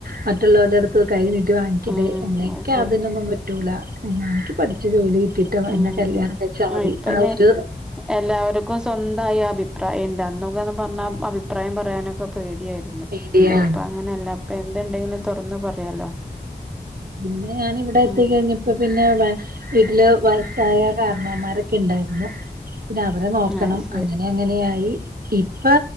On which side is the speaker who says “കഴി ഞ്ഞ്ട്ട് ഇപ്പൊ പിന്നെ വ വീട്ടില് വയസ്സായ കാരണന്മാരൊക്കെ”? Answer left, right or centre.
Right